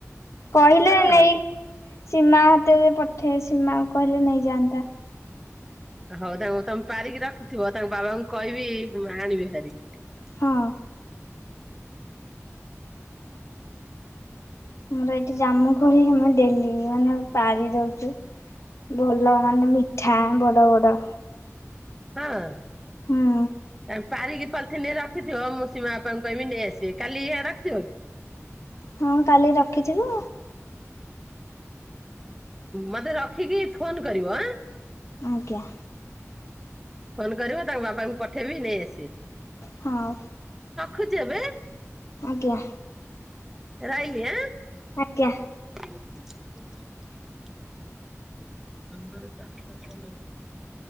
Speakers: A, on the left; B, in the centre.
A: କହିଲେ
B: ହଁ।
A: ନେଇ। ସୀମା ହାତରେ ପଠେଇବି, ସୀମାକୁ କହିଲେ ନେଇଯାଆନ୍ତା।
B: ହଉ ତାଙ୍କୁ ତମେ ପାରିକି ରଖିଥିବ, ତାଙ୍କ ବାବାଙ୍କୁ କହିବି ଆଣିବେ ଭାରି।
A: ହଁ ଆମର ଏଠି ଜାମୁ କୋଳି ଆମେ ଡେଲି ମାନେ ପାରି ଦଉଛୁ ଭଲ ମାନେ ମିଠା ବଡ ବଡ।
B: ହଁ। ତମେ
A: ହୁଁ
B: ପାରିକି ବାଲକୁନି ରେ ରଖିଥିବ ମୁଁ ସୀମା ବାପାଙ୍କୁ କହିବି ନେଇଆସିବେ କାଲି ଇ ରଖିଥିବ କି?
A: ହଁ କାଲି ରଖିଥିବୁ।
B: ମତେ ରଖିକି ଫୋନ କରିବ ଆଁ।
A: ଆଜ୍ଞା ।
B: ଫୋନ କରିବ ତାଙ୍କ ବାପାଙ୍କୁ ପଠେଇବି ନେଇ ଆସିବେ।
A: ହଁ।
B: ଖୋଜି ହେବେ।
A: ଆଜ୍ଞା।
B: ରହିଲି ଆଁ।
A: ଆଜ୍ଞା।
B: <inaudible> <unintelligible>